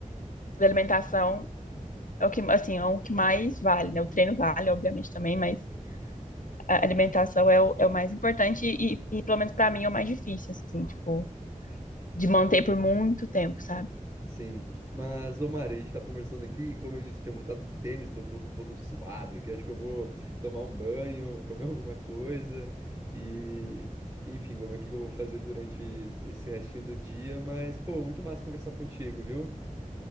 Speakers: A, on the left; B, on the right.
A: da alimentação é o que, assim, é o que mais vale, né? O treino vale, obviamente, também, mas a alimentação é o, é o mais importante e, e pelo menos para mim, é o mais difícil, assim, tipo, de manter por muito tempo, sabe?
B: Sim. Mas, ô Mari, a gente tá conversando aqui, e como eu disse, eu tinha voltado do tênis, tô todo, todo suado aqui. Acho que eu vou tomar um banho, <laughs> comer alguma coisa e, enfim, vou ver o que que eu vou fazer durante esse restinho do dia. Mas, pô, muito massa conversar contigo, viu?